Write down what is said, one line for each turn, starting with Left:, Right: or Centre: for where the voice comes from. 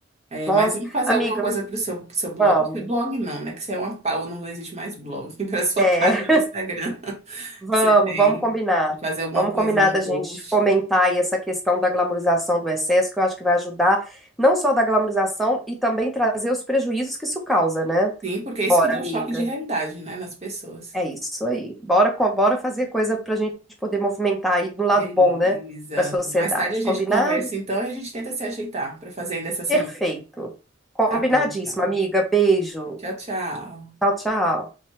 Right: É,
Centre: Nossa,
Right: mas tem que fazer
Centre: amiga,
Right: alguma coisa para o seu, pro seu blog.
Centre: vamos.
Right: Que Blog não, né? Que você é uma pau, não existe mais blog. <laughs> Para sua
Centre: É.
Right: página no Instagram <laughs>
Centre: Vamos,
Right: que você tem.
Centre: vamos combinar.
Right: Fazer alguma
Centre: Vamos
Right: coisinha,
Centre: combinar da
Right: um
Centre: gente
Right: post.
Centre: fomentar aí essa questão da glamorização do excesso, que eu acho que vai ajudar não só da glamorização e também trazer os prejuízos que isso causa, né?
Right: Sim, porque é
Centre: Bora,
Right: isso que dá
Centre: amiga.
Right: o choque de realidade, né? Nas pessoas.
Centre: É isso aí. Bora, co- bora fazer coisa para a gente poder movimentar aí do lado
Right: Beleza.
Centre: bom, né? Para a sociedade.
Right: Mais tarde a gente
Centre: Combinado?
Right: conversa então e a gente tenta se ajeitar para fazer ainda essa semana.
Centre: Perfeito. Combinadíssimo,
Right: Tá bom, então.
Centre: amiga. Beijo.
Right: Tchau, tchau.
Centre: Tchau, tchau.